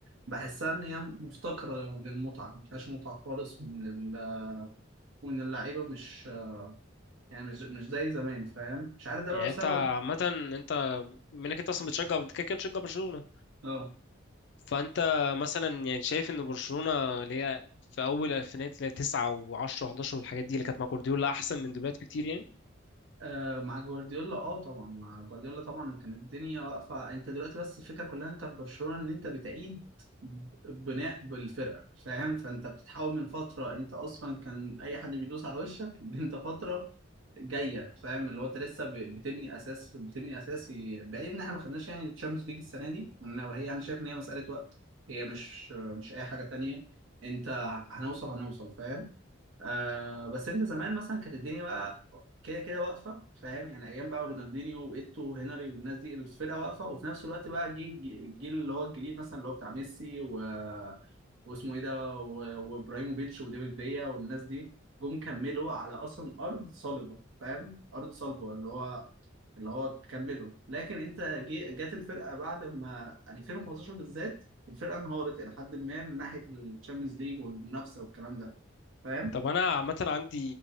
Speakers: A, on the right; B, on the left.
A: بحسها ان هي مفتقره للمتعه ما فيهاش متعه خالص وان وان اللعيبه مش يعني مش مش زي زمان فاهم مش عارف ده
B: يعني
A: بقى بسبب
B: انت عامه انت منك انت اصلا بتشجع انت كده كده بتشجع برشلونه
A: اه
B: فانت مثلا يعني شايف ان برشلونه اللي هي في اول الفينات اللي هي 9 و10 و11 والحاجات دي اللي كانت مع جوارديولا احسن من دلوقتي بكتير يعني
A: آه مع جوارديولا اه طبعا مع جوارديولا طبعا كانت الدنيا واقفه انت دلوقتي بس الفكره كلها انت في برشلونه ان انت بتعيد بناء بالفرقه فاهم فانت بتتحول من فتره انت اصلا كان اي حد بيدوس على وشك <laughs> انت فتره جايه فاهم اللي هو انت لسه ب- بتبني اساس بتبني اساس ي- بعيد ان احنا ما خدناش يعني الشامبيونز ليج السنه دي وإن- وهي انا شايف ان هي مساله وقت هي مش مش اي حاجه تانية انت هنوصل هنوصل فاهم آه بس انت زمان مثلا كانت الدنيا بقى كده كده واقفه فاهم يعني ايام بقى رونالدينيو وايتو وهنري والناس دي الفرقه واقفه وفي نفس الوقت بقى جه الج- الجيل اللي هو الجديد مثلا اللي هو بتاع ميسي و... واسمه ايه ده و- وابراهيموفيتش وديفيد فيا والناس دي جم كملوا على اصلا ارض صلبه فاهم ارض صلبه اللي هو اللي هو كملوا لكن انت جي... جت الفرقه بعد ما 2015 بالذات الفرقه انهارت الى حد ما من ناحيه الشامبيونز ليج والمنافسه والكلام ده فاهم
B: طب انا عامه عندي